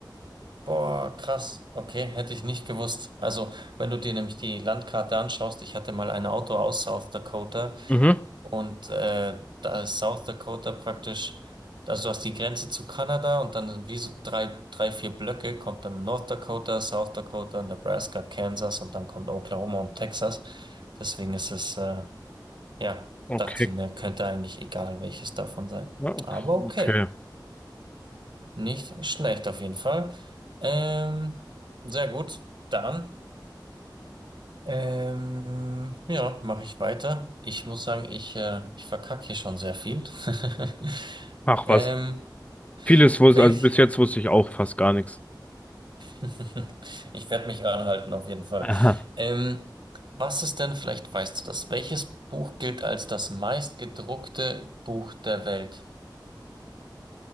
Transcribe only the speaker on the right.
Boah, krass. Okay, hätte ich nicht gewusst. Also, wenn du dir nämlich die Landkarte anschaust, ich hatte mal ein Auto aus South Dakota
und äh, da ist South Dakota praktisch, also du hast die Grenze zu Kanada und dann wie so drei, drei, vier Blöcke kommt dann North Dakota, South Dakota, Nebraska, Kansas und dann kommt Oklahoma und Texas. Deswegen ist es, äh, ja,
dachte ich mir, könnte eigentlich egal welches davon sein.
Aber
okay. Nicht schlecht auf jeden Fall. Ähm, sehr gut. Dann, ähm, ja, mache ich weiter. Ich muss sagen, ich, äh, ich verkacke hier schon sehr viel. <laughs>
Ähm,
welch,
<laughs> ich werde mich ranhalten auf jeden Fall.
Ähm, was ist denn, vielleicht weißt du das, welches Buch gilt als das meistgedruckte Buch der Welt?